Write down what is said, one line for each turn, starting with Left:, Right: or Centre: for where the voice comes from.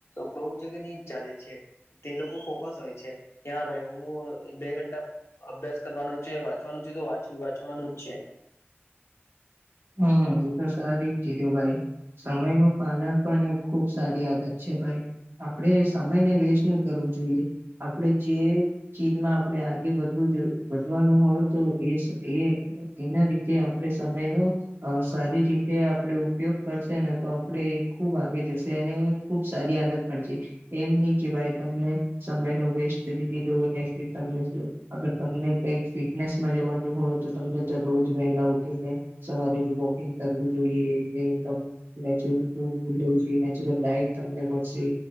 Left: બહુ જગ્યા નની ચાલે છે. તે લોકો ફોકસ હોય છે કે હા ભાઈ હું બે ઘંટા અભ્યાસ કરવાનું છે વાંચવાનું છે તો વાં વાંચવાનું જ છે.
Right: હમ એ તો સારી જ કીધું ભાઈ સમય નું પાલન પણ એક ખુબ સારી આદત છે ભાઈ. આપણેે સમયને વેસ્ટ નું કરવું જોઈએ આપણેે જે ચીજમાં આપણે આગે વધવું જો વધવાનું હોય તો એ એ એના રીતે આપડે સમય નો અ સારી રીતે આપણે ઉપયોગ કરશે ને તો આપણેે ખૂબ આગે જશે એને ખુબ સારી આદત પણ છે એમ નહી કે ભાઈ તમને સમય નો વેસ્ટ કરી દીધો અને તમને શું. અગર તમને કઈક ફિટનેસમાં જવાનું હોય તો તમને દરરોજ વહેલા ઉઠીને સવારે વોકિંગ કરવું જોઈએનેમ નેચરલ લ નેચરલ લાઈટ તમને મળશે.